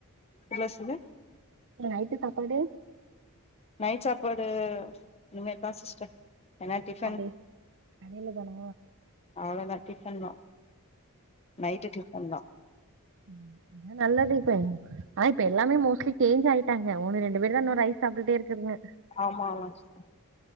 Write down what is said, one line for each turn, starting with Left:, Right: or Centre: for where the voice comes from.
Left: மெதுவா சொல்லு
Right: நைட்டு சாப்பாடு
Left: நைட் சாப்பாடு இனிமேதா சிஸ்டர் என்ன டிஃபன்
Right: கடை கடையில தானா
Left: அவ்ளோதா டிஃபன்தா நைட்டு டிஃபன்தா
Right: ம், அதா நல்லது இப்போ ஆனா இப்ப எல்லாமே மோஸ்ட்லி சேஞ்ச் ஆயிட்டாங்க, ஒன்னு ரெண்டு பேர்தா இன்னு ரைஸ் சாப்ட்டுட்டே இருக்குதுங்க
Left: ஆமாமா சிஸ்டர்,